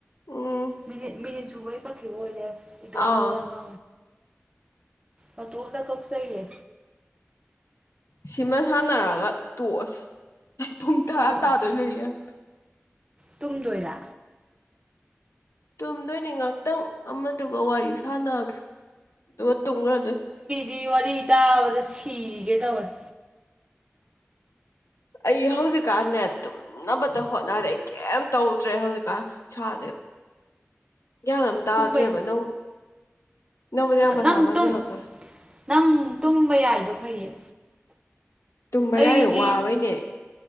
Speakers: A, on the left; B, on the right.
A: ꯎꯝ
B: ꯃꯤ ꯃꯤꯠ ꯁꯨꯕꯩ ꯀꯛꯈꯤꯕ ꯑꯣꯏ ꯂꯩꯔꯝ ꯏꯗꯣꯗ
A: ꯑꯥ
B: ꯋꯥꯉ, ꯑ ꯝꯇꯣꯝꯗ ꯀꯞ ꯆꯍꯤꯌꯦ
A: ꯁꯤꯃ ꯁꯥꯟꯅꯔꯒ ꯇꯣꯛꯑꯁꯦ ꯄꯨꯡ ꯇꯔꯥ
B: ꯇꯣꯛꯑꯁꯤ
A: ꯇꯥꯗꯣꯏ ꯂꯩ ꯂꯩꯔꯝ
B: ꯇꯨꯝꯗꯣꯏꯔꯥ
A: ꯇꯨꯝꯗꯣꯏꯅꯤ ꯉꯥꯛꯇꯪ ꯑꯃꯗꯨꯒ ꯋꯥꯔꯤ ꯁꯥꯟꯅꯒꯦ ꯑꯗꯨꯒꯥ ꯇꯨꯡꯈ꯭ꯔ ꯗꯣꯏꯅꯦ
B: ꯗꯤ ꯋꯥꯔꯤ ꯇꯥꯕꯗ ꯁꯤꯒꯦ ꯇꯧꯔꯦ
A: ꯑꯩ ꯍꯧꯖꯤꯛꯀꯥꯟꯅꯦ ꯇꯨꯝꯅꯕꯇ ꯍꯣꯠꯅꯔꯦ ꯀꯩꯝ ꯇꯧꯗ꯭ꯔꯦ ꯍꯧꯖꯤꯛꯀꯥꯟ ꯁꯥꯁꯦ ꯒꯌ꯭ꯥꯟ ꯑꯃ ꯇꯥꯗ꯭ꯔꯦꯕ
B: ꯇꯨꯝꯕꯩ
A: ꯅꯪ ꯅꯕꯨꯗꯃ ꯃꯆꯥ
B: ꯅꯪ
A: ꯃꯥꯟꯁꯤ
B: ꯇꯨꯝ
A: ꯂꯥꯛꯇꯣꯔꯦ
B: ꯅꯪ ꯇꯨꯝꯕ ꯌꯥꯏꯗꯣ ꯐꯩꯌꯦ
A: ꯇꯨꯝꯕ
B: ꯑꯩꯗꯤ
A: ꯌꯥꯏꯌꯦ ꯋꯥꯕꯩꯅꯦ